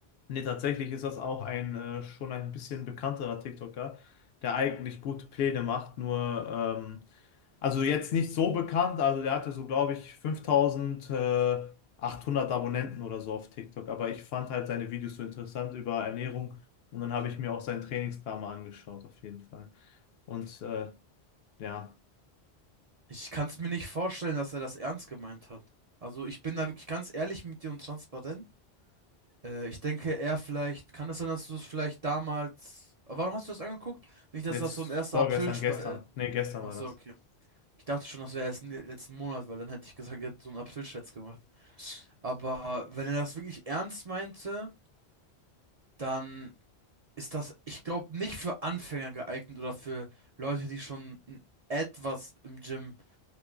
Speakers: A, on the left (about 70°); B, on the right (about 50°).
A: nee, tatsächlich ist das auch ein äh, schon ein bisschen bekannterer TikToker, der eigentlich gute Pläne macht, nur ähm, also jetzt nicht so bekannt, also der hatte so, glaube ich, 5800 Abonnenten oder so auf TikTok, aber ich fand halt seine Videos so interessant über Ernährung und dann habe ich mir auch seinen Trainingsplan mal angeschaut, auf jeden Fall. Und äh, ja,
B: Ich kann es mir nicht vorstellen, dass er das ernst gemeint hat. Also ich bin da wirklich ganz ehrlich mit dir und transparent. Äh, ich denke, er vielleicht, kann es sein, dass du es vielleicht damals... Aber Warum hast du das angeguckt? Nicht, dass
A: jetzt
B: das so ein erster
A: vorgestern,
B: April... Spa-
A: gestern,
B: äh,
A: nee, gestern
B: Ach
A: war
B: so,
A: das.
B: okay. Ich dachte schon, das wäre erst le- letzten Monat, weil dann hätte ich gesagt, er hat so einen April-Scherz gemacht. Aber wenn er das wirklich ernst meinte, dann ist das, ich glaube, nicht für Anfänger geeignet oder für Leute, die schon n- etwas im Gym